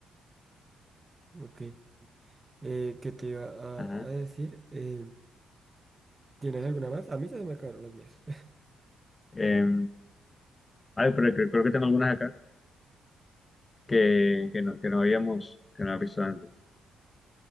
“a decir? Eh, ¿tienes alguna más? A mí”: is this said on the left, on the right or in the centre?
Right